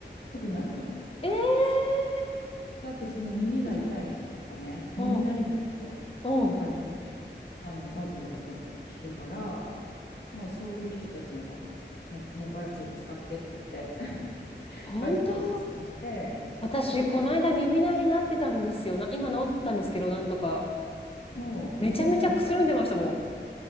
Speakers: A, on the left; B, on the left.
A: よくなるの。
B: ええ
A: であと、その耳が痛い人とかね、
B: いいじゃん。
A: 耳鳴りの人とかにも、
B: うん、うん。
A: あの、バジルがとにかく効くから、もうそういう人たちには、もう、もうバジル使ってって言って、<laughs>
B: 本当
A: バジルおすすめして、
B: 私、
A: そ
B: この間耳鳴りになってたんですよな。今治ったんですけど、
A: う。な
B: なんとか。
A: もう、
B: めちゃめちゃくすんでましたも
A: でもさ、また